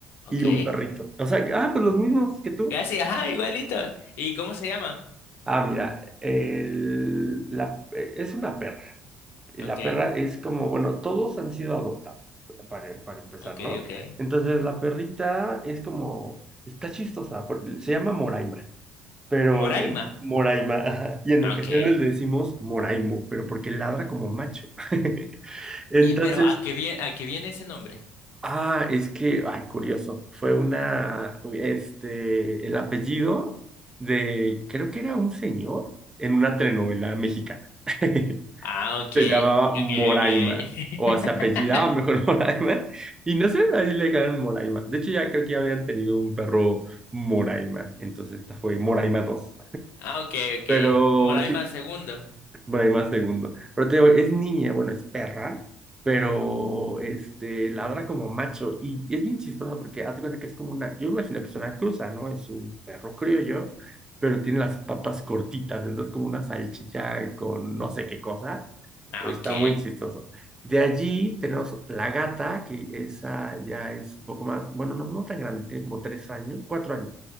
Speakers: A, on the left; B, on the right.
A: ok.
B: y un perrito. O sea, ah, pues los mismos que tú.
A: Casi, ajá, igualito. ¿Y cómo se llama?
B: Ah, mira, el- la, eh, es una perra. la
A: Ok,
B: perra es como, bueno, todos han sido adoptados, para, para empezar,
A: ok,
B: ¿no?
A: ok.
B: Entonces la perrita es como, está chistosa, se llama Moraima, pero
A: Moraima.
B: en Moraima, ajá, y en
A: Ah,
B: ocasiones
A: ok.
B: le decimos Moraimo, pero porque ladra como macho. <laughs> Entonces,
A: ¿Y pero a qué viene, a qué viene ese nombre?
B: ah, es que, ay, curioso, fue una, este, el apellido de, creo que era un señor en una telenovela mexicana. <laughs>
A: Ah, ok,
B: se llamaba Moraima,
A: ok, ok.
B: o
A: <laughs>
B: se apellidaba mejor <laughs> Moraima, y no sé, así le dejaron Moraima. De hecho, ya creo que ya habían tenido un perro Moraima, entonces esta fue Moraima dos
A: Ah, ok, ok.
B: Pero
A: Moraima
B: sí,
A: segundo.
B: bueno, hay más segundo. Pero te digo, es niña, bueno, es perra, pero este, ladra como macho. Y es bien chistosa porque hazte cuenta que es como una, yo imagino que es una cruza, ¿no? Es un perro criollo, pero tiene las patas cortitas, entonces como una salchicha con no sé qué cosa,
A: Ah,
B: pero está
A: ok.
B: muy chistoso. De allí tenemos la gata, que esa ya es un poco más, bueno, no, no tan grande, tiene como tres años, cuatro años.